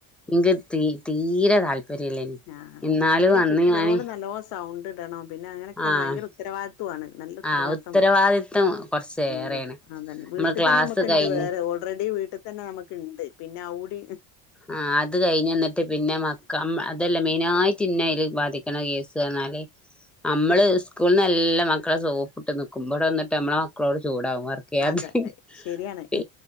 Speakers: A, in the centre; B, on the left.
A: ഇൻക്ക് തീ തീരെ താല്പര്യല്ലെന്ന്
B: ആഹ്
A: എന്നാലും
B: അതന്നെ പിന്നെ
A: അന്ന്
B: കുട്ടികളോട്
A: ഞാന്
B: നല്ലോ സൗണ്ട് ഇടണം പിന്നെ അങ്ങനൊക്കെണ്ട്
A: ആഹ്
B: ഭയങ്കര ഉത്തരവാദിത്വാണ് നല്ല ഉത്തരവാദിത്തം
A: ആഹ് ഉത്തരവാദിത്തം
B: വാണം
A: കൊറച്ചേറേണ്
B: ഉണ്ടോ അതന്നെ വീട്ടിൽ
A: നമ്മള് ക്ലാസ്
B: തന്നെ നമുക്ക്
A: കഴിഞ്ഞ്
B: ണ്ട് വേറെ ഓൾറെഡി വീട്ടിൽ തന്നെ നമ്മക്ക് ണ്ട് പിന്നെ അവ്വൂടി
A: ആ അത് കഴിഞ്ഞെന്നിട്ട് പിന്നെ മക്ക അതെല്ല മൈനായി പിന്നെയില് ബാധ്യ ഠിക്കണ കേസ് ന്നാല് നമ്മള് സ്കൂളന്ന് നല്ലാ മക്കളെ സൊ കുട്ട നിക്കും ബടെ വന്നട്ട് നമ്മളെ മക്കളോട് ചൂടാവും വറക്കെയത്തേന്
B: അതെ ശരിയാണ്
A: പി